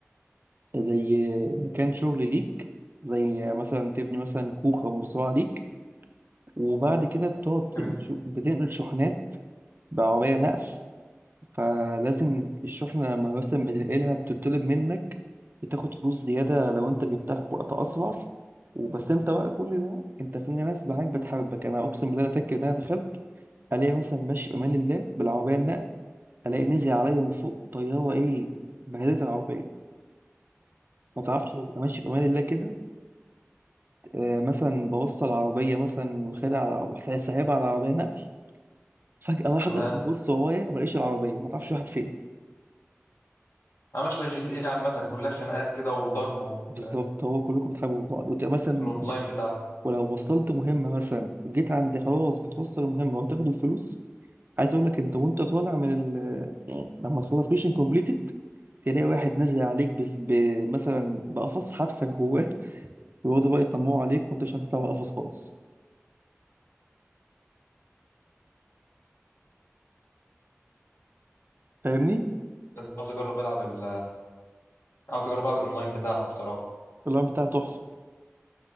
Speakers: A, on the right; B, on the left.
A: زي مكان شغل ليك زي مثلا تبني مثلا كوخ او مزرعة ليك وبعد كده بتقعد تنقل-
B: <laughs>
A: بتنقل شحنات بعربية نقل فلازم الشحنة لما مثلا بتنقلها بتطلب منك بتاخد فلوس زيادة لو انت جبتها في وقت أسرع وبس انت بقى كل ده انت في ناس معاك بتحبك انا اقسم بالله انا فاكر ان انا دخلت الاقي مثلا ماشي بامان الله بالعربيه النقل الاقي نزل عليا من فوق طياره ايه بهدلت العربيه ما تعرفش ابقى ماشي بامان الله كده آه مثلا بوصل العربيه مثلا واخدها على سايبها على عربيه نقل فجاه واحده
B: انا
A: ببص ورايا ما الاقيش العربيه ما تعرفش واحد فين
B: انا مش بقى جي تي ايه عامة كلها خناقات كده وضرب وبتاع
A: بالظبط هو كلكم بتحبوا في بعض وتبقى مثلا
B: في الاونلاين بتاعها
A: ولو وصلت مهمة مثلا وجيت عند خلاص بتوصل المهمة وتاخد الفلوس عايز اقول لك انت وانت طالع من ال... يعني لما تخلص ميشن كومبليتد تلاقي واحد نازل عليك بس ب... مثلا بقفص حبسك جواه <laughs> ويقعدوا بقى يطمعوا عليك وانت مش عارف تطلع من القفص خالص فاهمني؟
B: عاوز اجرب العب ال... عاوز اجرب العب الاونلاين بتاعها بصراحة
A: اللعبة بتاعها تحفة